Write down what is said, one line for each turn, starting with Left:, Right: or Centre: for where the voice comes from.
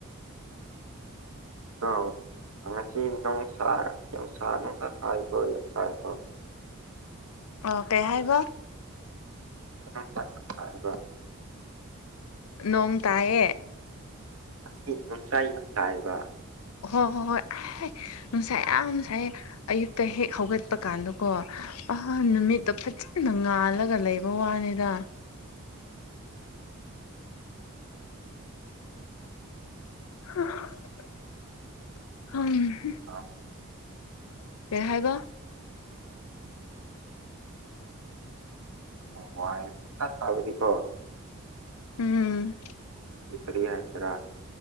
Right: <inaudible>
Left: ꯑꯣ ꯀꯩ ꯍꯥꯏꯕ꯫
Right: <unintelligible> <inaudible>
Left: ꯅꯣꯡ ꯇꯥꯏꯌꯦ꯫
Right: ꯑꯁꯤ ꯅꯨꯡꯁꯥ ꯌꯥꯝ ꯁꯥꯏꯕ꯫
Left: ꯍꫭ ꯍꫭ ꯍꯣꯏ꯫ ꯅꯨꯡꯁꯥ ꯌꯥꯝ ꯁꯥꯏ ꯑꯌꯨꯛꯇ ꯍꯦꯛ ꯍꯧꯒꯠꯄ ꯀꯥꯟꯗꯀꯣ ꯑꯍꯥꯟ ꯅꯨꯃꯤꯠꯇꯣ ꯐꯖꯅ ꯉꯥꯜꯂꯒ ꯂꯩꯕ ꯋꯥꯅꯤꯗ꯫ <unintelligible>
Right: ꯍꯥ꯫
Left: ꯀꯩ ꯍꯥꯏꯕ꯫
Right: <inaudible>
Left: ꯎꯝ꯫
Right: ꯀꯔꯤ ꯍꯥꯏꯁꯤꯔꯥ